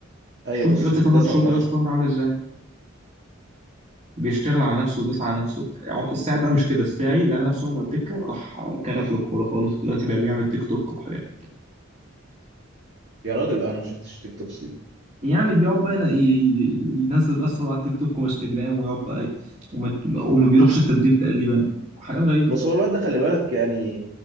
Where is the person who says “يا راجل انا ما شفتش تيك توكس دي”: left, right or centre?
Right